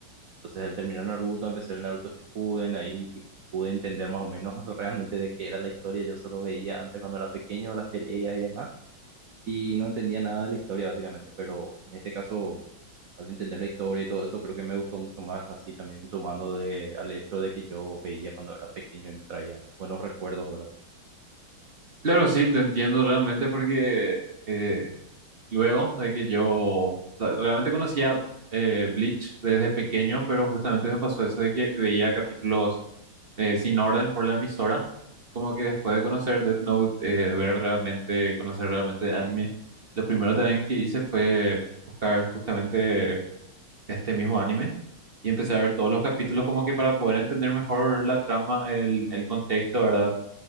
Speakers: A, on the right (about 55°); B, on the right (about 30°).
A: Entonces al terminar Naruto, empecé el Naruto Shippuden, ahí tipo, pude entender más o menos <laughs> realmente de qué era la historia. Yo solo veía antes cuando era pequeño las peleas y demás, y no entendía nada de la historia básicamente, pero en este caso, al entender la historia y todo eso, creo que me gustó mucho más así también, sumando de, al hecho de que yo veía cuando era pequeño y me traía buenos recuerdos, ¿verdad?
B: Claro, sí, te entiendo realmente porque eh, Luego de que yo, o sea, realmente conocía eh, Bleach desde pequeño, pero justamente me pasó eso de que veía capítulos eh, sin orden por la emisora, como que después de conocer Death Note, eh, ver realmente, conocer realmente anime, lo primero también que hice fue buscar justamente este mismo anime y empecé a ver todos los capítulos como que para poder entender mejor la trama, el, el contexto, ¿verdad?